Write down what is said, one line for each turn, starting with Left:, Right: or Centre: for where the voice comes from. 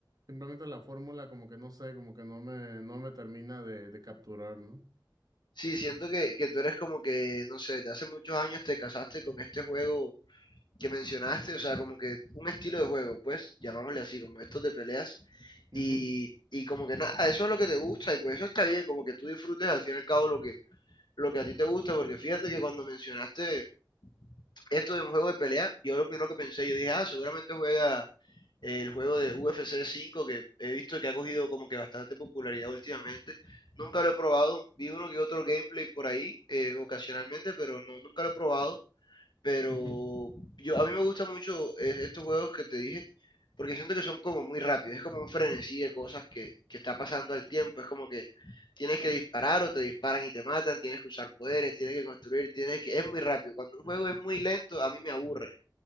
Right: simplemente la fórmula como que no sé, como que no me, no me termina de, de capturar, no
Left: Sí, siento que, que tú eres como que, no sé, de hace muchos años te casaste con este juego que mencionaste, o sea, como que un estilo de juego, pues, llamámosle así, como estos de peleas, y,
Right: Ujú,
Left: y como que nada, eso es lo que te gusta, y pues eso está bien, como que tú disfrutes al fin y al cabo lo que, lo que a ti te gusta, porque fíjate que cuando mencionaste esto de un juego de pelea, yo lo primero que pensé, yo dije, ah, seguramente juega el juego de UFC 5, que he visto que ha cogido como que bastante popularidad últimamente, nunca lo he probado, vi uno que otro gameplay por ahí, eh, ocasionalmente, pero no, nunca lo he probado, pero
Right: ujú,
Left: yo, a mí me gustan mucho eh, estos juegos que te dije, porque siento que son como muy rápidos, es como un frenesí de cosas que, que está pasando al tiempo, es como que tienes que disparar o te disparan y te matan, tienes que usar poderes, tienes que construir, tienes que, es muy rápido, cuando un juego es muy lento a mí me aburre,